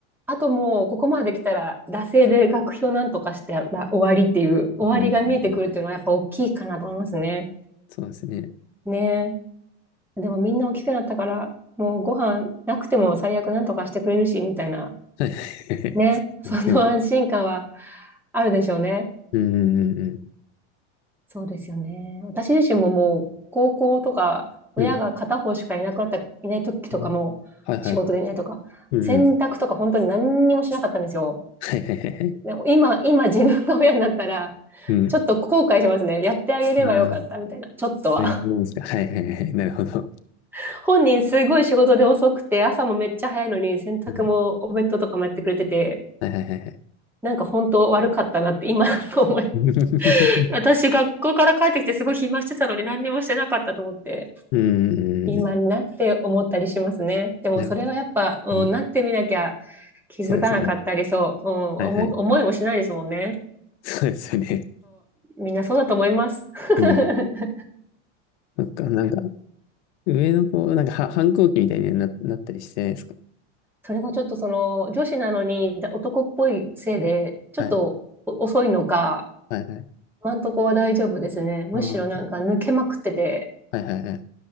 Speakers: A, in the centre; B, on the left (about 70°).
A: あともうここまで来たら、惰性で学費をなんとかしてら終わりっていう、終わりが見えてくるっていうのはやっぱ大きいかなと思いますね。
B: うん。うん。うんそうですね。
A: ねえ。でもみんな大きくなったから、もうご飯なくても最悪なんとかしてくれるし、みたいな。
B: はい。<laughs>
A: ね。
B: そうですね
A: その安心感はあるでしょうね。
B: うん。うん。うん。
A: そうですよね。私自身ももう高校とか親が片方しかいなくなった、
B: うん。うん
A: いない時とかも仕事でいないとか、
B: あはいはい。うん。
A: 洗濯とか本当に何にもしなかったんですよ。
B: うん。はいはいはいはい。
A: でも今、今自分が親になったら、
B: うん。
A: ちょっと後悔しますね。やってあげればよかったみたいな、
B: ああ、
A: ちょっとは。
B: そういうもんですか。はいはいはいはい。なるほど。
A: <laughs> 本人すごい仕事で遅くて、朝もめっちゃ早いのに、洗濯もお弁当とかもやってくれてて、
B: うん。はいはいはいはい。
A: なんか本当悪かったなって今 <laughs> 思い。
B: <laughs>
A: 私学校から帰ってきてすごい暇してたのに何にもしてなかったと思って。
B: うん。
A: 今になって思ったりしますね。
B: うん
A: でもそれはやっぱ、
B: なう
A: うん、
B: ん
A: なってみなきゃ気づかなかったりそう、
B: そうですよね。
A: うん、
B: はいはい。
A: 思う、思いもしないですもんね。
B: そうですよね。
A: みんなそうだと思います。<laughs>
B: うん。なんか、なんか、上の子、なんかは、反抗期みたいにな、なったりしてないですか
A: それがちょっとその女子なのに男っぽいせいで、ちょっとお遅いのか、
B: はいはいはい。
A: 今んとこは大丈夫ですね。むしろなんか抜けまくってて、
B: ああ、はいはいはい。